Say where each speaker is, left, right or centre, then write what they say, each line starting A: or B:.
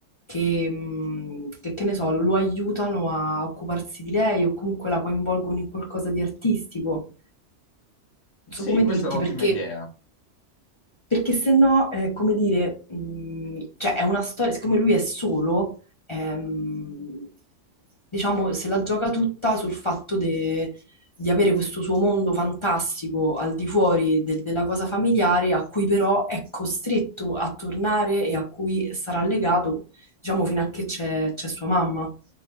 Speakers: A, on the left (about 40°); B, on the left (about 85°).
A: che, mh, che, che ne so, lo aiutano a occuparsi di lei o comunque la coinvolgono in qualcosa di artistico non
B: Sì,
A: so come
B: questa
A: dirti,
B: è un'ottima
A: perché,
B: idea.
A: perché se no, eh, come dire, mh, cioè è una storia, siccome lui è solo, ehm, diciamo, se la gioca tutta sul fatto de- di avere questo suo mondo fantastico al di fuori del- della cosa familiare, a cui però è costretto a tornare e a cui sarà legato, diciamo, fino a che c'è c'è sua mamma.